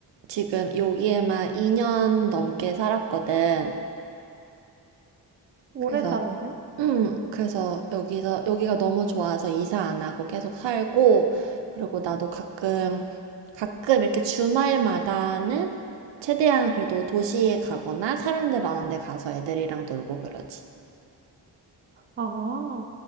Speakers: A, on the right; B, on the right.
A: 지금 여기에만 2년 넘게 살았거든.
B: 오래
A: 그래서,
B: 살았네.
A: 음, 그래서 여기서, 여기가 너무 좋아서 이사 안 하고 계속 살고, 그리고 나도 가끔, 가끔 이렇게 주말마다는 최대한 그래도 도시에 가거나 사람들 많은 데 가서 애들이랑 놀고 그러지.
B: 아,